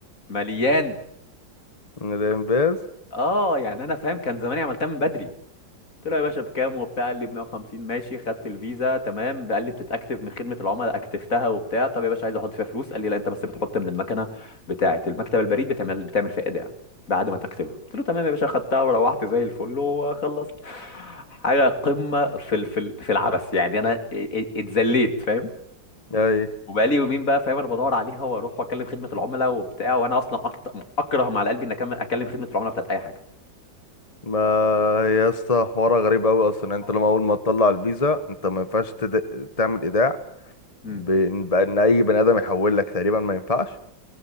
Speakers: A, on the left; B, on the left.
A: مليان
B: من الانباز
A: اه يعني انا فاهم كان زماني عملتها من بدري قلت له يا باشا بكام وبتاع قال لي ب 150 ماشي خدت الفيزا تمام قال لي بتتاكتف من خدمه العملاء اكتفتها وبتاع طب يا باشا عايز احط فيها فلوس قال لي لا انت بس بتحط من المكنه بتاعه المكتب البريد بتعمل بتعمل فيها ايداع بعد ما تكتبها قلت له تمام يا باشا خدتها وروحت زي الفل وخلصت حاجه قمه في ال- في ال- في العبث يعني انا ا- ا- اتذليت فاهم
B: اي
A: وبقالي يومين بقى فاهم انا بدور عليها واروح واكلم خدمه العملاء وبتاع وانا اصلا أكت... اكره ما على قلبي ان اكلم أكلم خدمه العملاء بتاعت اي حاجه
B: ما هي يا اسطى حوارها غريب قوي اصلا يعني
A: اه
B: انت
A: والله
B: لما اول ما تطلع الفيزا انت ما ينفعش تد... تعمل ايداع
A: امم
B: بان بأن اي بني ادم يحول لك تقريبا ما ينفعش